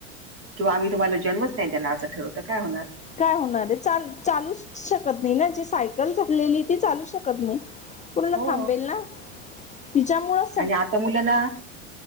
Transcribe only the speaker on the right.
किंवा आम्ही तुम्हाला जन्मच नाही देणार असं ठरवत काय होणार.
हो
आणि आता मुलांना